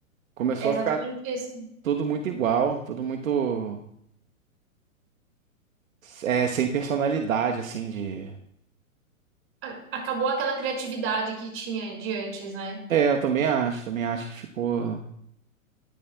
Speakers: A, on the right; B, on the right.
A: começou
B: É exatamente
A: a ficar
B: isso.
A: tudo muito igual, tudo muito é, sem personalidade, assim, de...
B: A- Acabou aquela criatividade que tinha de antes, né?
A: É, eu também acho, também acho que ficou...